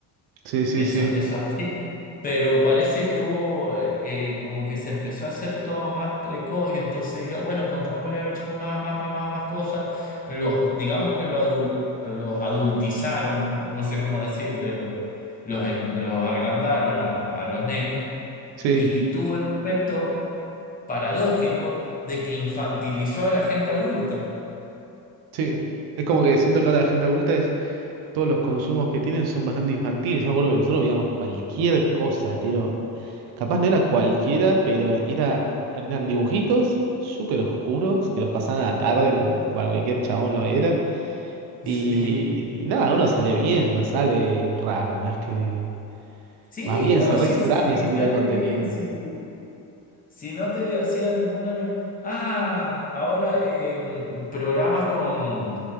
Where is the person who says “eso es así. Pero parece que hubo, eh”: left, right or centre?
Left